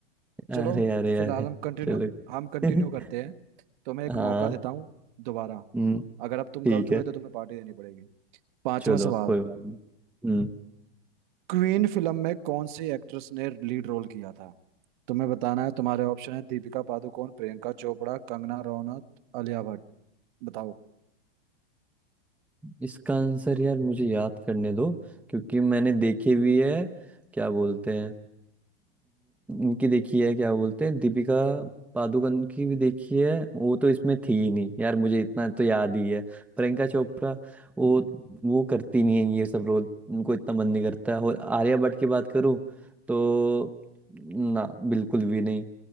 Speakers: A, in the centre; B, on the right (about 50°).
A: अरे
B: चलो
A: अरे
B: फिलहाल
A: अरे
B: हम कंटिन्यू
A: चलो
B: हम कंटिन्यू
A: <laughs>
B: करते हैं तुम्हें एक
A: हाँ
B: मौका देता हूँ दोबारा
A: हम्म
B: अगर अब तुम
A: ठीक
B: गलत हुए
A: है
B: तो तुम्हें पार्टी देनी पड़ेगी पांचवा
A: चलो
B: सवाल
A: कोई बात नहीं हम्म
B: क्वीन फिल्म में कौन सी एक्ट्रेस ने लीड रोल किया था तुम्हें बताना है तुम्हारे ऑप्शन है दीपिका पादुकोण प्रियंका चोपड़ा कंगना रनौत आलिया भट्ट बताओ
A: इसका आंसर यार मुझे याद करने दो क्योंकि मैंने देखी भी है क्या बोलते हैं उनकी देखी है क्या बोलते हैं दीपिका पादुकोण की भी देखी है वो तो इसमें थी ही नहीं यार मुझे इतना तो याद ही है प्रियंका चोपड़ा वो वो करती नहीं है ये सब रोल उनको इतना मन नहीं करता और आलिया भट्ट की बात करूँ तो ना बिल्कुल भी नहीं